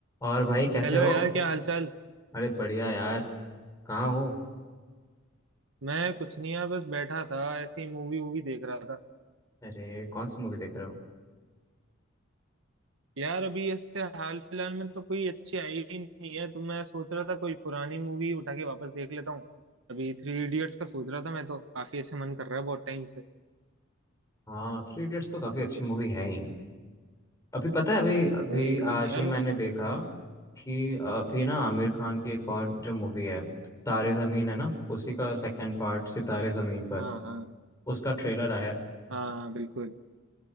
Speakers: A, on the left (about 15°); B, on the right (about 65°).
A: और भाई कैसे
B: Hello
A: हो
B: यार क्या हालचाल
A: अरे बढ़िया यार कहाँ हो
B: मैं कुछ नहीं यार बस बैठा था ऐसे ही मूवी वूवी देख रहा था
A: अरे कौन सी मूवी देख रहे हो
B: यार अभी ऐसे हाल फिलहाल में तो कोई अच्छी आई ही नहीं है तो मैं सोच रहा था कोई पुरानी मूवी उठा के वापस देख लेता हूँ अभी थ्री इडियट्स का सोच रहा था मैं तो काफी ऐसे मन कर रहा है बहुत टाइम से
A: हाँ थ्री इडियट्स तो काफी अच्छी मूवी है ही अभी पता है अभी अभी
B: वही
A: आज
B: यार
A: ही मैंने
B: उस
A: देखा कि अभी ना आमिर खान की एक और जो मूवी है तारे जमीन है ना उसी का सेकंड पार्ट सितारे जमीन पर
B: हाँ हाँ
A: उसका ट्रेलर आया है
B: हाँ बिल्कुल